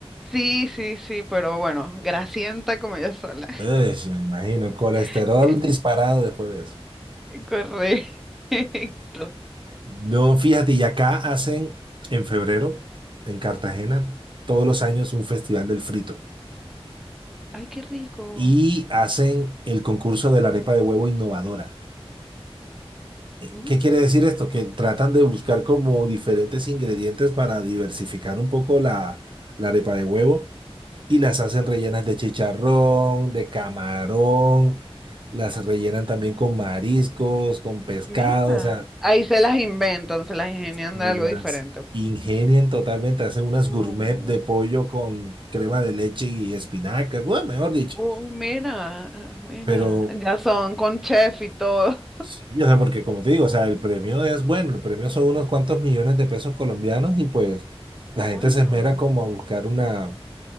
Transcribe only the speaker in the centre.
Sí, sí, sí, pero bueno, grasienta como yo sola.
<laughs>
Correcto.
Ay, qué rico.
Mm.
Mira,
ahí se las inventan, se las ingenian
de algo diferente.
Oh,
oh, mira, ah, mira,
ya son con chef y todo.
<laughs> Qué bueno.